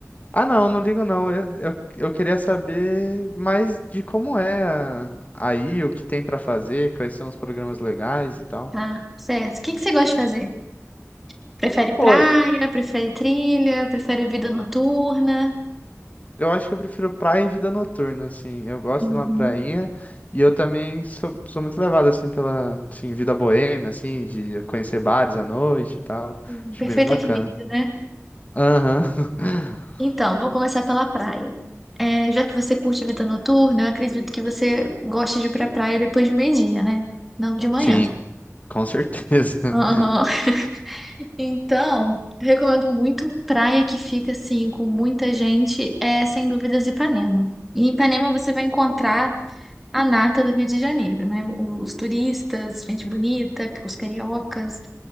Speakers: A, on the left; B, in the centre.
A: Ah, não, não ligo não. Eu, eu, eu queria saber mais de como é a- aí, o que tem pra fazer, quais são os programas legais e tal.
B: Tá, certo. O que que você gosta de fazer? Prefere
A: Pô,
B: praia,
A: e-
B: prefere trilha, prefere vida noturna?
A: eu acho que eu prefiro praia e vida noturna, assim. Eu gosto
B: Uhum.
A: de uma prainha e eu também sou, sou muito levado, assim, pela, assim, vida boêmia, assim, de conhecer bares à noite e tal.
B: Um
A: Acho
B: Perfeito
A: bem bacana.
B: equilíbrio, né?
A: Aham. <laughs>
B: Então, vou começar pela praia. É, já que você curte vida noturna, eu acredito que você goste de ir pra praia depois de meio-dia, né? Não de manhã.
A: Sim, com certeza. <laughs>
B: Aham. <laughs> Então, eu recomendo muito praia que fica assim, com muita gente, é sem dúvidas Ipanema. Em Ipanema você vai encontrar a nata do Rio de Janeiro, né? O- Os turistas, gente bonita, os cariocas.